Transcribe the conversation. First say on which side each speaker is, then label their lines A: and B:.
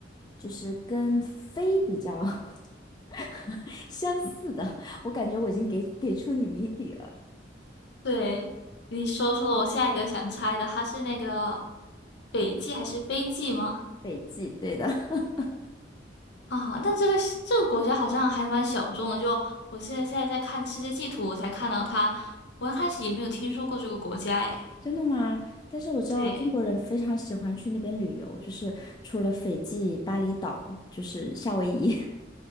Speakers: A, on the left; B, on the left.
A: 就是跟非比较 <laughs> 相似的，我感觉我已经给给出你谜底了，
B: 对，你说说我下一个想猜的，它是那个北极还是非极吗？
A: 斐济，对的。<laughs>
B: 啊，但这个是这个国家好像还蛮小众的。就我现在现在在看世界地图，我才看到它。我一开始也没有听说过这个国家，诶。
A: 真的吗？但是我知道中国人非常喜欢去那边旅游，
B: 对，
A: 就是除了斐济、巴厘岛，就是夏威夷，